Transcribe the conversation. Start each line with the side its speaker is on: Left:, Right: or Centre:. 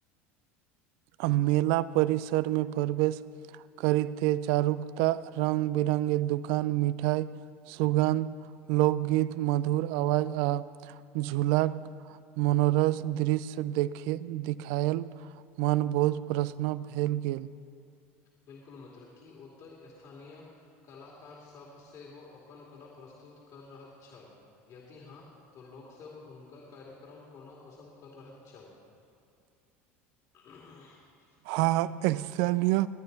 Right: आ मेला परिसरमे प्रवेश करीे चारुकता रंग बिरंगे दुकान मिठाई सुगन्ध लोकगीत मधुर आवाज आ झुलाक मनोरस दृश्य देखे देखायल मन बोझ प्रसन भेल गेल
Left: बिल्कुल मित्र की ओतऽ स्थानीय कलाकार सभ सेहो अपन कला प्रस्तुत कर रहल छल यदि हँ तऽ लोकसभ हुनकर कार्यक्रम कोना पसन्द कर रहैत छल
Right: <inaudible>
Left: आ <unintelligible>
Right: हँ एक्शन लिए